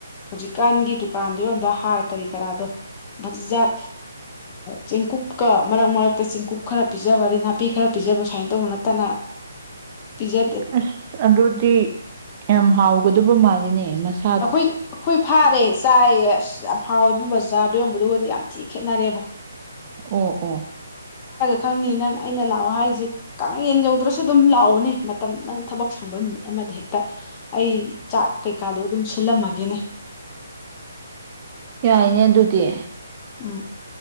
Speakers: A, on the left (about 25°); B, on the right (about 30°).
A: ꯍꯧꯖꯤꯛꯀꯥꯟꯒꯤ ꯗꯨꯀꯥꯟꯗ ꯌꯣꯟꯕ ꯍꯥꯔ ꯀꯔꯤ ꯀꯔꯥꯗꯣ ꯃꯆꯤꯟꯖꯥꯛ ꯆꯦꯡꯀꯨꯞꯀ ꯃꯔꯛ ꯃꯔꯛꯇ ꯆꯦꯡꯀꯨꯞ ꯈꯔ ꯄꯤꯖꯕ ꯑꯗꯩ ꯅꯥꯄꯤ ꯈꯔ ꯄꯤꯖꯕ ꯁꯨꯃꯥꯏꯅ ꯇꯧꯕ ꯅꯠꯇꯅ ꯄꯤꯖ
B: ꯑꯁ ꯑꯗꯨꯗꯤ ꯌꯥꯝ ꯍꯥꯎꯒꯗꯕ ꯃꯥꯜꯂꯤꯅꯦ ꯃꯁ
A: ꯑꯩꯈꯣꯏ ꯑꯩꯈꯣꯏ ꯐꯥꯔꯦ ꯆꯥꯏꯌꯦ ꯑꯁ ꯌꯥꯝ ꯍꯥꯎꯋꯦ ꯏꯕꯨꯡ ꯕꯖꯥꯔꯗꯣ ꯌꯣꯟꯕꯗꯨꯒꯗꯤ ꯌꯥꯝꯤ ꯈꯦꯠꯅꯔꯦꯕꯣ
B: ꯑꯣ ꯑꯣ
A: ꯈꯪꯉꯤ ꯅꯪ ꯑꯩꯅ ꯂꯥꯛꯑꯣ ꯍꯥꯏꯔꯤꯁꯦ ꯀꯥꯡꯂꯦꯟ ꯌꯧꯗ꯭ꯔꯁꯨ ꯑꯗꯨꯝ ꯂꯥꯛꯑꯣꯅꯦ ꯃꯇꯝ ꯅꯪ ꯊꯕꯛ ꯁꯪꯕ ꯅꯨꯃꯤꯠ ꯑꯃꯗ ꯍꯦꯛꯇ ꯑꯩ ꯆꯥꯛ ꯀꯩꯀꯥꯗꯣ ꯑꯗꯨꯝ ꯁꯤꯜꯂꯝꯃꯒꯦꯅꯦ
B: ꯌꯥꯏꯅꯦ ꯑꯗꯨꯗꯤ
A: ꯎꯝ